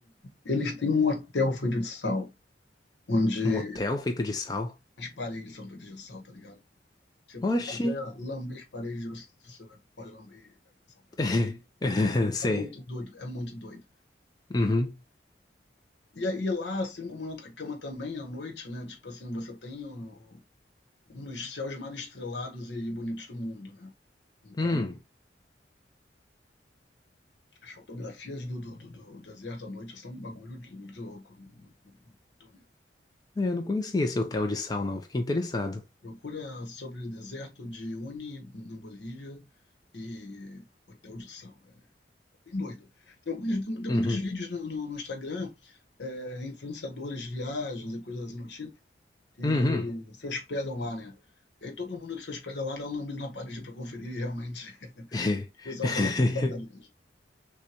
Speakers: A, on the left; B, on the left.
A: eles têm um hotel feito de sal, onde
B: Um hotel feito de sal?
A: as paredes são feitas de sal, tá ligado? Tipo,
B: Oxi.
A: se você quiser lamber as paredes, você você vai- pode lamber e vai ver salgado.
B: <laughs> Sei.
A: É muito doido, é muito doido.
B: Uhum.
A: E aí lá, assim como na outra cama também, à noite, né? Tipo assim, você tem o- um dos céus mais estrelados e bonitos do mundo, né? Então,
B: Hum.
A: as fotografias do, do, do- do deserto à noite são um bagulho de, de louco. Muito, muito, muito maneiro.
B: É, eu não conhecia esse hotel de sal, não. Fiquei interessado.
A: Procura sobre o deserto de Uni, na Bolívia, e Hotel de Sal. É bem doido. Tem, alguns, tem, tem
B: Uhum.
A: muitos vídeos no, no, no Instagram, é, influenciadores de viagens e coisas assim do tipo, que
B: Uhum.
A: se hospedam lá, né? E aí todo mundo que se hospeda lá dá um lambido na parede para conferir e realmente <laughs>
B: <laughs>
A: o pessoal fala que sabe mesmo.